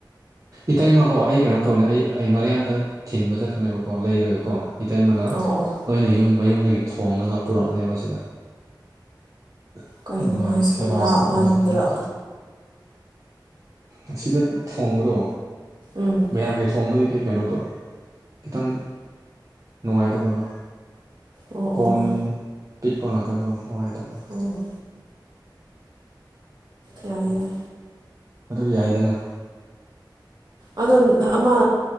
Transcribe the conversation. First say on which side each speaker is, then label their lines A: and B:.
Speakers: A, on the right (about 45°); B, on the right (about 60°).
A: ꯏꯇꯩꯃꯀꯣ ꯑꯩ ꯀꯩꯅꯣ ꯇꯧꯅꯦ ꯑꯩ ꯑꯩ ꯉꯥꯔꯤꯌꯥꯟꯗ ꯊꯤꯟꯕ ꯆꯠꯀꯅꯦꯕꯀꯣ ꯂꯩꯔꯒꯀꯣ꯫ ꯏꯇꯩꯃꯅ
B: ꯑꯣ ꯑꯣ
A: ꯂꯣꯏꯅ ꯌꯨꯝ ꯃꯌꯨꯝꯗꯒꯤ ꯊꯣꯡꯂꯒ ꯄꯨꯔꯛꯑꯅꯦꯕ ꯁꯤꯗ꯫ ꯑꯗꯨ
B: ꯀꯩꯅꯣ
A: ꯃꯌꯥꯝ
B: ꯍꯥꯏꯁꯤꯕꯨ
A: ꯁꯦꯕꯥ
B: ꯂꯥꯞꯃꯟꯗ꯭ꯔꯣ
A: ꯂꯩꯕ꯫ ꯑꯁꯤꯗ ꯊꯣꯡꯕꯗꯣ
B: ꯎꯝ
A: ꯃꯌꯥꯝꯒꯤ ꯊꯣꯡꯕꯗꯒꯤ ꯀꯩꯅꯣꯗꯣ ꯈꯤꯇꯪ ꯅꯨꯡꯉꯥꯏꯇꯕꯗꯣ꯫
B: ꯑꯣ
A: ꯀꯣꯟ
B: ꯑꯣ ꯑꯣ ꯑꯣ
A: ꯄꯤꯛꯄ ꯉꯥꯛꯇꯀꯣ ꯅꯨꯡꯉꯥꯏꯇꯕ꯫
B: ꯎꯝ
A: ꯑꯗꯨ ꯒꯤꯅꯤꯗ꯫
B: ꯌꯥꯏ ꯌꯥꯏ
A: ꯑꯗꯨ ꯌꯥꯏꯗꯅ꯫
B: ꯑꯗꯣ ꯑꯃ